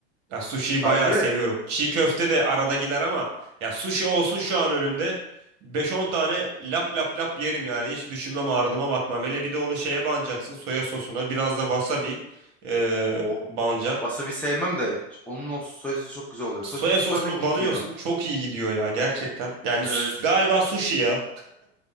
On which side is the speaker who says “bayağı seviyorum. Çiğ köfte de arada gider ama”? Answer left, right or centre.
Right